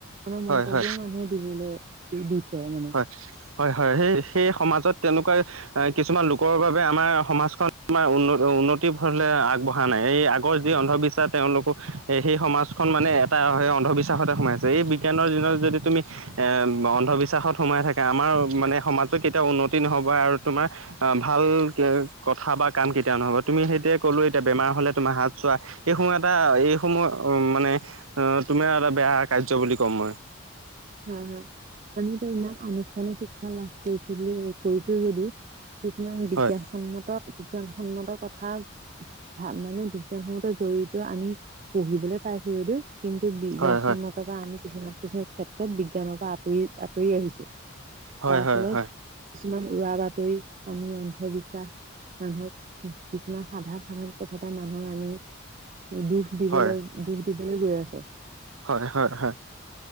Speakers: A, on the right; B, on the right.
A: আৰু
B: হয়
A: মন্তব্যও
B: হয়
A: মানুহে দিবলৈ দিছে মানে।
B: হয় হয় হয়, সেই সেই সমাজত তেনেকুৱা কিছুমান লোকৰ বাবে আমাৰ সমাজখন উন্ন উন্নতি ভৰলে আগবঢ়া নাই, এই আগৰ যি অন্ধবিশ্ব তেওঁলোকো সেই সমাজখন মানে এটা অন্ধবিশ্বাসতে সোমাইছে, এই বিজ্ঞানৰ দিনত যদি তুমি এ, অন্ধবিশ্বাসত সোমাই থাকে, আমাৰ মানে সমাজত কেতিয়াও উন্নতি নহ'ব আৰু তোমাৰ অ' ভাল কথা বা কাম কেতিয়াও নহ'ব, তুমি সেইটোয়ে ক'লো এতিয়া বেমাৰ হ'লে তোমাৰ হাত চোৱা এইসমূয়হ এটা এইসমূহ মানে অ' তুমাৰ এটা বেয়া কাৰ্য বুলি ক'ম মই।
A: হয় হয়, আমি এতিয়া আনুষ্ঠানিক শিক্ষা লাভ কৰিছিলোঁ কৰিছোঁ যদিও কিছুমান বিজ্ঞানসন্মত,
B: হয়
A: বিজ্ঞানসন্মত কথা ভা মানে বিজ্ঞান সন্মত জৰিয়তে আমি পঢ়িবলে পাইছোঁ যদিও কিন্তু বিজ্ঞানসন্মতৰপৰা
B: হয় হয়
A: আমি কিছুমান কিছু ক্ষেত্ৰত বিজ্ঞানৰপৰা আঁতৰি আঁতৰি আহিছোঁ।
B: হয়
A: তাৰফলত
B: হয় হয়
A: কিছুমান উৰা বাতৰি, আমি অন্ধবিশ্বাস মানুহক কিছুমান সাধাৰণ সাধাৰণ কথাতে মানুহক আমি দুখ দিবলৈ
B: হয়
A: দুখ দিবলৈ গৈ আছোঁ।
B: হয়, হয়, হয়।